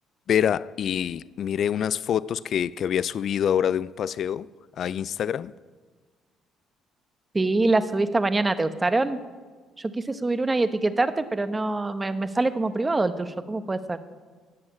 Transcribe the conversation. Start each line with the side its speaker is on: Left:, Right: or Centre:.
Left: Vera, y miré unas fotos que, que había subido ahora de un paseo a Instagram.
Right: Sí, las subí esta mañana, ¿te gustaron? Yo quise subir una y etiquetarte, pero no, me, me sale como privado el tuyo, ¿cómo puede ser?